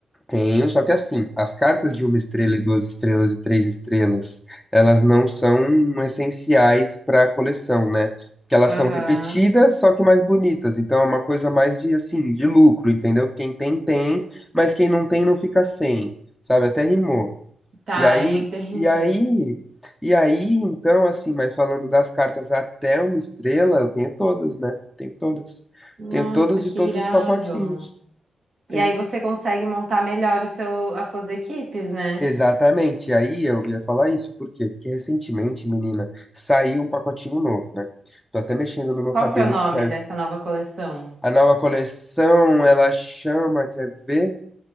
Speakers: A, in the centre; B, on the right.
A: tenho, só que assim, as cartas de uma estrela e duas estrelas e três estrelas, elas não são essenciais para a coleção, né? Porque elas
B: Aham.
A: são repetidas, só que mais bonitas. Então é uma coisa mais de assim, de lucro, entendeu? Quem tem, tem, mas quem não tem, não fica sem. Sabe? Até rimou.
B: Tá,
A: E aí,
B: <laughs> entendi.
A: e aí, e aí, então, assim, mas falando das cartas até uma estrela, eu tenho todas, né? Tenho todas.
B: Nossa,
A: Tenho todas
B: que
A: de todos
B: irado.
A: os pacotinhos.
B: E
A: Tem.
B: aí você consegue montar melhor o seu, as suas equipes, né?
A: Exatamente. E aí eu ia falar isso, por quê? Porque recentemente, menina, saiu um pacotinho novo, né? Tô até mexendo no meu
B: Qual
A: cabelo,
B: que é o nome
A: porque a,
B: dessa nova coleção?
A: a nova coleção, ela chama, quer ver?